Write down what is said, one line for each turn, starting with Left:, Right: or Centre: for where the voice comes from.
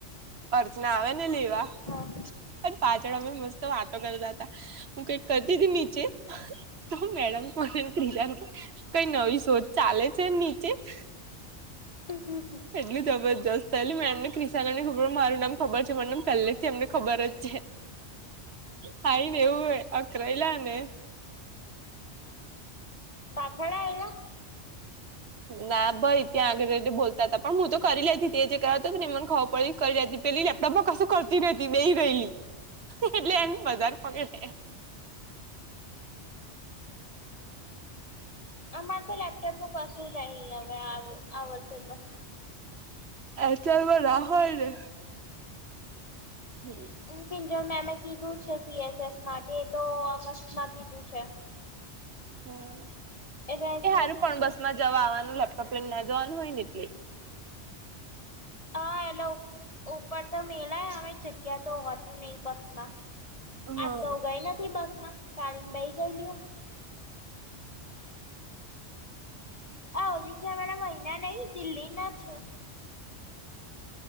Right: અર્ચના આવે ને લેવા.
Left: હા
Right: પાછળ અમે મસ્ત વાતો કરતા હતા હું કઈક કરતી હતી નીચે તો મેડમ કો કિજા કઈ નવી શોધ ચાલે છે નીચે જ.
Left: <unintelligible>
Right: એટલું જબરજસ્તય એલી મે એમને કિસાાન ને ખબર મારું નામ ખબર છે મ નામ પહેલેથી એમને ખબર જ થાઈ ને એવું હો અકરાયલા ને.
Left: ત ખડા આવયા.
Right: ના ભાઈ ત્યાં આગળ બોલતા હતા પણ હું તો કરી લેતી તે જે કરાવતો નેને ખવા પડી કરી લેતી. પેલી લેપટોપમાં કશું કરતી નહતી બેઈ રહેલી એટલે એમ વધારે પકડ.
Left: અમારે તો લેપટોપ નું કશું રહી હવે આવર્ષ તો
Right: એ ચાલમાંર રાહ હોય રે. હમ.
Left: હકિન્જર મેં મેમે કીધું છે સીએસએસ માટે એ તો ઓગસ્ટમાં કીધું છે.
Right: હમ.
Left: રેઝ્યુમે
Right: એ સારું પણ બસ માં જવા આવવાનું લેપટોપ લઈને ના જવાનું હોય ને એટલે.
Left: હા હેલો. ઉપર તો મેલાય અ જગ્યા તો હોતી નહ બસ માં.
Right: હા
Left: આજ તો ગઈ નથી બસમાં તાળીને બેહી ગયેલું. આવ જ સાના મહિના નહી દિલ્હી ના છ